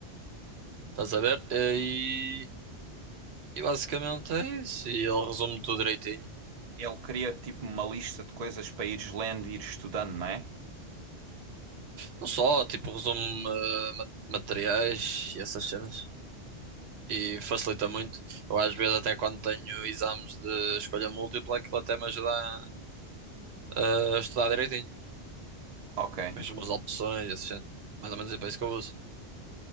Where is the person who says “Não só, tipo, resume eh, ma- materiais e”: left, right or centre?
Right